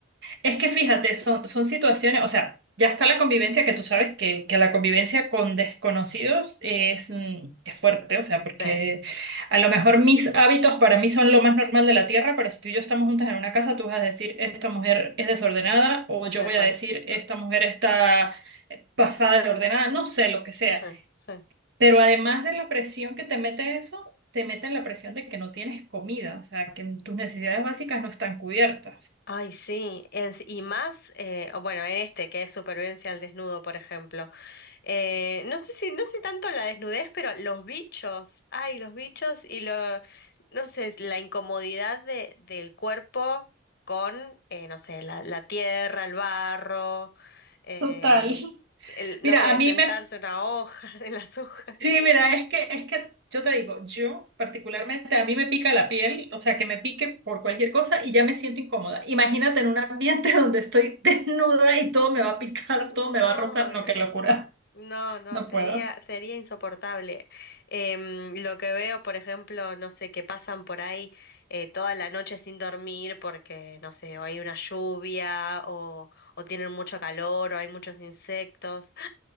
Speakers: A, on the right (about 60°); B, on the left (about 50°).
A: Es que fíjate, son, son situaciones, o sea, ya está la convivencia que tú sabes que, que la convivencia con desconocidos es, mm, es fuerte, o sea, porque
B: Sí,
A: a lo mejor mis hábitos para mí son lo más normal de la tierra, pero si tú y yo estamos juntas en una casa, tú vas a decir, esta mujer es desordenada, o yo
B: tal
A: voy
B: cual.
A: a decir, esta mujer está eh, pasada de ordenada, no sé, lo que sea.
B: Sí, sí.
A: Pero además de la presión que te mete eso, te mete la presión de que no tienes comida, o sea, que tus necesidades básicas no están cubiertas.
B: Ay, sí. Es- y más, eh, o bueno, en este que es Supervivencia al Desnudo, por ejemplo. Eh, no sé si, no sé tanto la desnudez, pero los bichos, ay, los bichos y lo, no sé, la incomodidad de, del cuerpo con, eh, no sé, la, la tierra, el barro, eh,
A: Total. <laughs>
B: el, no
A: Mira,
B: sé,
A: a mí
B: sentarse
A: me,
B: en una hoja, <laughs> en las hojas,
A: sí,
B: qué sé
A: mira,
B: yo.
A: es que, es que yo te digo, yo particularmente, a mí me pica la piel, o sea, que me pique por cualquier cosa y ya me siento incómoda. Imagínate
B: ay, sí.
A: en un ambiente <laughs> donde estoy desnuda y todo me va a picar,
B: No,
A: todo me va a rozar, no,
B: no.
A: qué locura,
B: No, no,
A: no
B: sería,
A: puedo.
B: sería insoportable. Em, lo que veo, por ejemplo, no sé, que pasan por ahí eh, toda la noche sin dormir porque, no sé, o hay una lluvia o, o tienen mucho calor o hay muchos insectos.